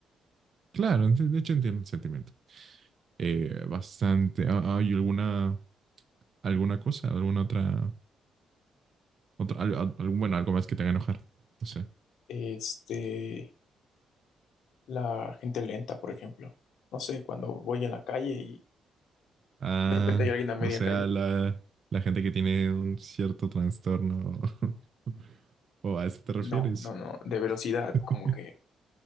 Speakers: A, on the right (about 40°); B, on the left (about 75°).
A: claro, ent- de hecho entiendo el sentimiento. Eh, bastante. Ah, ¿Hay alguna, alguna cosa, alguna otra Otro, al- al- algún, bueno, algo más que te haga enojar. No sé.
B: Este, la gente lenta, por ejemplo. No sé, cuando voy en la calle y
A: Ah,
B: de repente hay alguien a media
A: o sea,
B: calle.
A: la, la gente que tiene un cierto trastorno. <laughs> ¿O a eso te refieres?
B: No, no, no, de velocidad,
A: <laughs>
B: como que